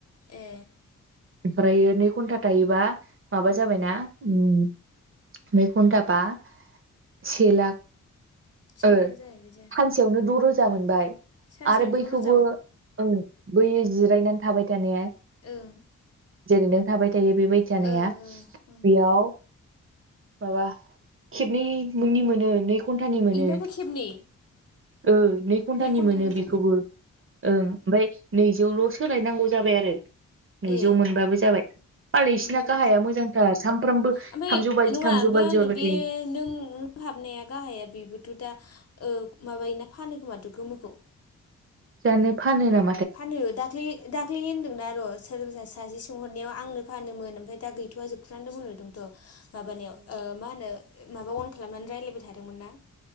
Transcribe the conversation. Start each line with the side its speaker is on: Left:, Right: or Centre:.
Left: ए
Right: ओमफ्रायो नै घन्टा थायोबा माबा
Left: उम
Right: जाबायना? उम नै घन्टा बा से लाख
Left: से
Right: ओ
Left: लाख जाहैबाय दा
Right: सानसेयावनो द' रोजा मोनबाय।
Left: सानसेयावनो द' रोज
Right: <unintelligible> बैयै जिरायनानै थाबाय थानाया
Left: ओं
Right: जेरैनो थाबाय थायो बेबायदि जानाया
Left: ओ ओ ओं
Right: बेयाव माबा खेबनै मोननि मोनो नै घन्टानि मोनो
Left: इनाबो खेबनै
Right: ओ नै घन्टानि
Left: घन्टा
Right: मोनो
Left: गोजो
Right: बेखौबो। ओं ओमफ्राय नैजौल' सोलायनांगौ जाबाय आरो नैजौ
Left: ए
Right: मोनबाबो जाबाय। बाल इसिना
Left: उम उम
Right: गाहाया
Left: उम
Right: मोजांथार सानफ्रामबो थामजौ
Left: ओमफ्राय
Right: बाजि
Left: नङा
Right: थामजौ
Left: ओमफ्राय
Right: बाजि
Left: आंनो
Right: हरबाय
Left: बे
Right: थायो।
Left: नों न हाबनाया गाहाया बेबोथ' दा ओ माबायोना फानो खोमाथ' गोमोखौ।
Right: जानो फानो नामा?
Left: फानो दाख्लै दाख्लै होनदोंना र' सोरबा सा सासे सोंहरनायाव आंनो फानोमोन ओमफ्राय दा गैथ'वा जोबथ'नानै दं होनदोंथ' माबानायाव ओ मा होनो माबा अन खालामनानै रायलायबाय थादोंमोन ना?